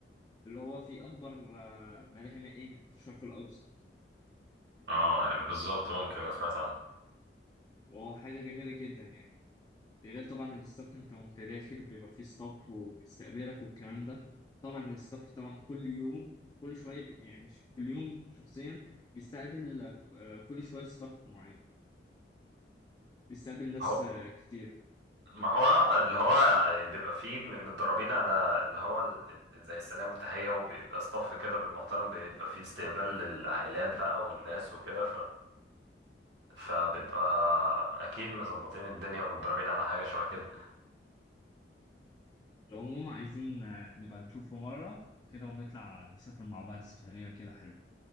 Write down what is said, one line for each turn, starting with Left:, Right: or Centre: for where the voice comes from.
Left: اللي هو في اكبر آه، ملاهي مائيه في الشرق الاوسط
Right: اه يعني بالظبط ممكن أبقى سمعت عنه
Left: وهو حاجه جميله جدا يعني ده غير طبعا الستاف انت وانت داخل بيبقى فيه ستاف وبيستقبلك والكلام ده طبعا الستاف طبعا كل يوم كل شويه بي- يعني مش في اليوم شخصيا بيستقبل آه، كل شويه ستاف معين بيستقبل ناس
Right: هو
Left: آه، كتير
Right: ما هو اللي هو بيبقى فيه م- متدربين على اللي هو ال- ال- زي السلام والتحية وبيبقى صف كده بالمحترم بيبقى فيه استقبال للعائلات بقى والناس وكده فبيبقى اكيد مظبطين الدنيا ومتدربين على حاجه شبه كده
Left: العموم عايزين آه، نبقى نشوفه مرة كده ونطلع نسافر مع بعض سفرية كده حلو